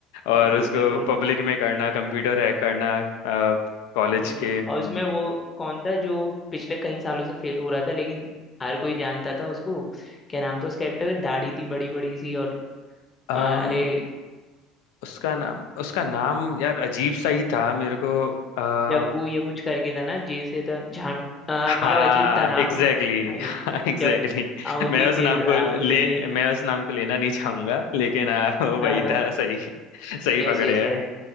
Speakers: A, on the left; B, on the left.
A: और
B: बिल्कुल
A: उसको
B: बिल्कुल
A: पब्लिक में करना कंप्यूटर हैक करना कॉलेज
B: बिल्कुल
A: के हम्म
B: और उसमें वो कौन था जो पिछले कई सालों से फेल हो रहा था लेकिन हर कोई जानता था उसको क्या नाम था उस कैरेक्टर दाढ़ी थी बड़ी बड़ी सी और
A: अम,
B: अ, अरे
A: उसका नाम उसका नाम यार अजीब सा ही था मेरे को अ,
B: जग्गू ये कुछ करके था ना जे से था झा अ,
A: हाँ
B: मतलब अजीब था नाम
A: एग्जैक्टली
B: हाँ, ये
A: <laughs> एग्जैक्टली
B: जग्गू हाँ, उसी
A: मैं उस
B: से
A: नाम को
B: था कुछ
A: ले
B: ऐसे
A: मैं उस नाम को लेना नहीं चाहूंगा लेकिन हाँ वो
B: ना
A: वही
B: ना
A: था सही सही
B: Yes
A: पकड़े
B: yes yes